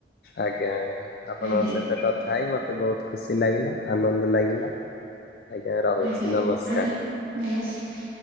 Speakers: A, on the left; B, on the right.
A: ଆଜ୍ଞା ଆପଣଙ୍କ
B: ଆଜ୍ଞା
A: ସହିତ କଥା ହେଇ ମତେ ବହୁତ ଖୁସି ଲାଗିଲା ଆନନ୍ଦ ଲାଗିଲା। ଆଜ୍ଞା ରହୁଛି
B: ଆଜ୍ଞା
A: ନମସ୍କାର।
B: ଆଜ୍ଞା ନମସ୍କାର।